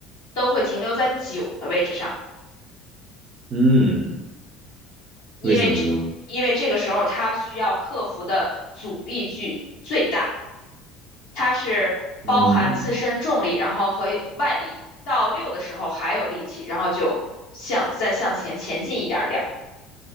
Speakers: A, on the left; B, on the right.
A: 都会停留在九的位置上。
B: 嗯，
A: 因为这因为这个时候它需要克服的阻力距最大，
B: 为什么呢？
A: 它是包含自身重力，
B: 嗯
A: 然后和外力。到六的时候还有力气，然后就向再向前前进一点点儿，